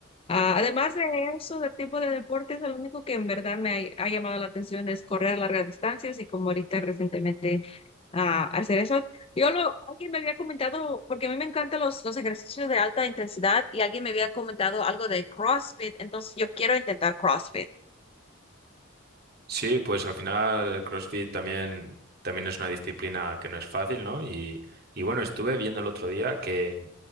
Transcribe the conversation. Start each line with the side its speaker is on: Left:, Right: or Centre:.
Left: Ah, además de eso, de tipo de deportes, el único que en verdad me ha, ha llamado la atención es correr largas distancias y como ahorita recientemente ah, hacer eso. Yo lo, alguien me había comentado, porque a mí me encantan los, los ejercicios de alta intensidad y alguien me había comentado algo de CrossFit, entonces yo quiero intentar CrossFit.
Right: Sí, pues al final el CrossFit también, también es una disciplina que no es fácil, ¿no? Y, y bueno, estuve viendo el otro día que,